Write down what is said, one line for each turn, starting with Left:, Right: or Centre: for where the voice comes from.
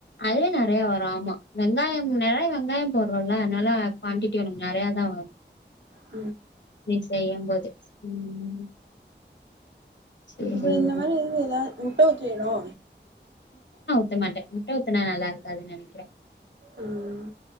Left: அதுவே நெறையா வரு ஆமா வெங்காயம் நெறைய வெங்காய போட்றோல்ல அதனால குவான்டிட்டி ஒனக்கு நெறையா தா வரு
Right: ஆஹ
Left: நீ செய்யும் போது ம் சேரி
Right: இப்டி இந்த மாரி இருந்து எதாது முட்ட ஊத்துவியலோ
Left: த்த மாட்டே முட்ட ஊத்துனா நல்லா இருக்காதுன்னு நெனைக்கிறே
Right: ம்